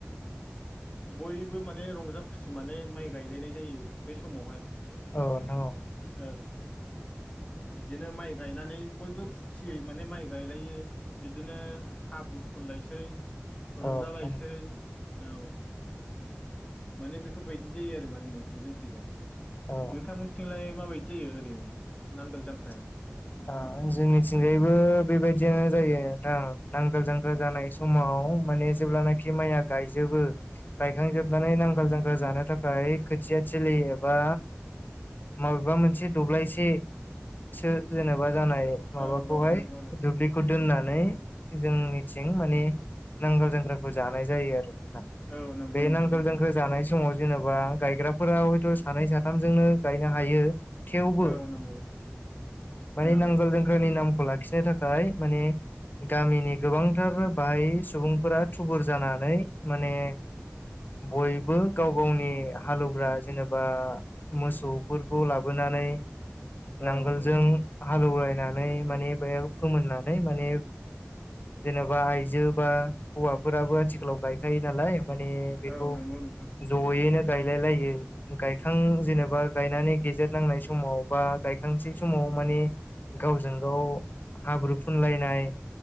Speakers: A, on the left (about 25°); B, on the left (about 45°).
A: बयबो माने रंजा खुसि माने माइ गायलायनाय जायो बे समावहाय।
B: औ नोंथां औ।
A: औ। बिदिनो माइ गायनानै बयबो फुरथियै माने माइ गायलायो। बिदिनो हाब्रु फुनलायसै रंजालायसै
B: औ नोंथां
A: औ। माने बेफोरबायदि जायो आरो माने नोंथां जोंखैजाय
B: औ
A: नोंथांमोन थिंलाय माबायदि जायो ओरैनो नांगोल जांख्रायाव?
B: दा जोंनिथिंजायबो बेबायदियानो जायो दा नांगोल जांख्रा
A: औ
B: जानाय समाव माने जेब्लानाखि माइया गायजोबो गायखांजोबनानै नांगोल जां जानो थाखाय खोथियाथिलि एबा माबेबा मोनसे दब्लायसे सो जेनेबा जानाय माबाखौहाय
A: औ औ नंगौ नोंथां
B: दुल्बि खौ दोननानै जोंनिथिं माने नांगोल जांख्राखौ जानाय जायो आरो नोंथां।
A: औ नंगौ
B: बे
A: नोंथां
B: नांगोल
A: नंगौ
B: जांख्रा जानाय समाव जेनेबा गायग्राफोरा हयथ' सानै साथामजोंनो गायनो हायो। थेवबो
A: औ नंगौ।
B: माने
A: औ
B: नांगोल जांख्रानि नामखौ लाखिनो थाखाय माने गामिनि गोबांथार बाहाय सुबुंफोरा थुबुर जानानै माने बयबो गाव गावनि हालेवग्रा जेनेबा मोसौफोरखौ लाबोनानै
A: औ
B: नांगोलजों
A: औ
B: हालेवलायनानै माने बेयाव फोमोननानै माने जेनेबा आइजो बा हौवाफोराबो आथिखालाव गायखायो नालाय माने बेखौ
A: औ नंगौ नोंथां
B: ज'यैनो गायलाय लायो गायखां जेनेबा गायनानै गेजेर नांनाय समाव बा गायखांसै समाव मानि गावजों गाव हाब्रु फुनलायनाय